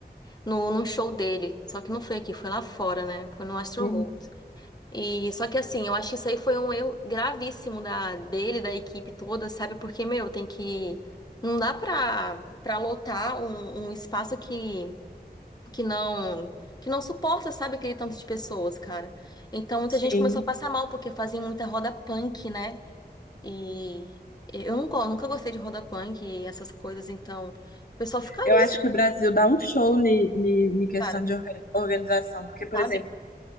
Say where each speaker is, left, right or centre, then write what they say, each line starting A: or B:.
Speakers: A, on the left; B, on the left.
A: no, num show dele. Só que não foi aqui, foi lá fora, né? Foi no Astro
B: Hum.
A: World. E só que assim, eu acho que isso aí foi um erro gravíssimo da, dele, da equipe toda, sabe? Porque, meu, tem que. Não dá pra, pra lotar um, um espaço que, que não. Que não suporta, sabe, aquele tanto de pessoas, cara. Então muita
B: Sim.
A: gente começou a passar mal, porque fazem muita roda punk, né? E eu não gosto, nunca gostei de roda punk e essas coisas, então o pessoal fica ali,
B: Eu acho
A: se-
B: que o Brasil dá um show ni, ni, ni questão
A: cara,
B: de orga- organização, porque, por
A: sabe?
B: exemplo,